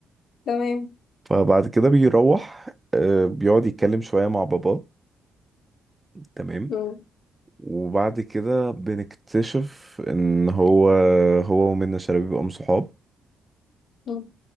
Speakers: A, on the left (about 60°); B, on the right (about 15°).
A: تمام
B: فبعد كده بيروح آه، بيقعد يتكلم شوية مع باباه تمام
A: مم.
B: وبعد كده بنكتشف ان هو هو ومنة شلبي بيبقوا صحاب
A: مم.